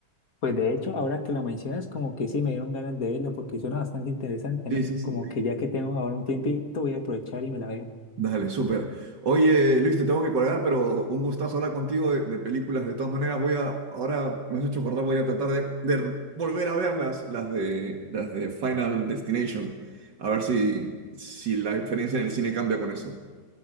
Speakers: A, on the left; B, on the right.
A: Pues de hecho, ahora que lo mencionas, como que sí me dieron ganas de verla porque suena bastante interesante,
B: Sí,
A: ¿no?
B: sí, sí.
A: Como que ya que tengo ahora un tiempito, voy a aprovechar y me la veo.
B: Dale, súper. Oye, Luis, te tengo que colgar, pero un gustazo hablar contigo de, de películas. De todas maneras, voy a, ahora me has hecho acordar, voy a tratar de, de volver a verlas, las de, las de Final Destination. A ver si, si la experiencia en el cine cambia con eso.